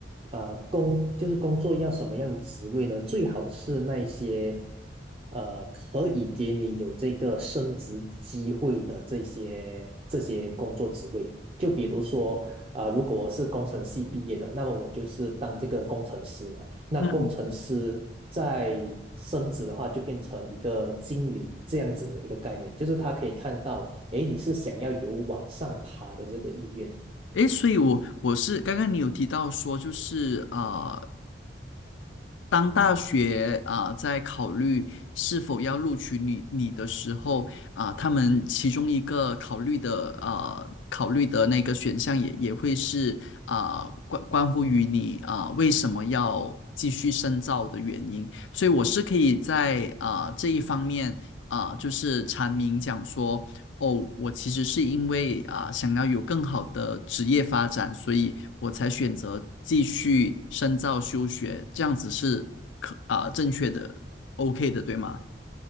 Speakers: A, on the right; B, on the left.
A: 呃工就是工作要什么样的职位呢？最好是那些呃可以给你有这个升职机会的这些这些工作职位。就比如说，呃，如果我是工程系毕业的，那么我就是当这个工程师嘛。那工程师在升职的话，
B: 嗯。
A: 就变成一个经理这样子的一个概念，就是他可以看到，诶，你是想要有往上爬的这个意愿。
B: 诶，所以我我是刚刚你有提到说，就是啊呃，当大学啊、呃在考虑是否要录取你你的时候啊、他们其中一个考虑的啊呃考虑的那个选项也也会是啊、关关乎于你啊、为什么要继续深造的原因，所以我是可以在啊、这一方面啊、就是阐明讲说。哦，我其实是因为啊、想要有更好的职业发展，所以我才选择继续深造休学，这样子是可啊、正确的，OK 的，对吗？